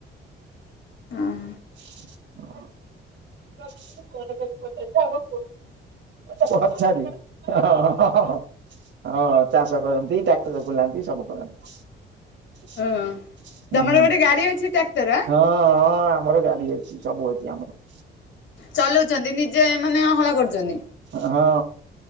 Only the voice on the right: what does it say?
<unintelligible> <unintelligible> ପଚାର ହଁ-ହଁ-ହଁ। ହଁ ଚାଷ କରନ୍ତି ଟ୍ରାକ୍ଟର ବୁଲାନ୍ତି ସବୁ କରନ୍ତି।
ହୁଁ
ହଁ-ହଁ ଆମର ଗାଡି ଅଛି ସବୁ ଅଛି ଆମର।
ହଁ।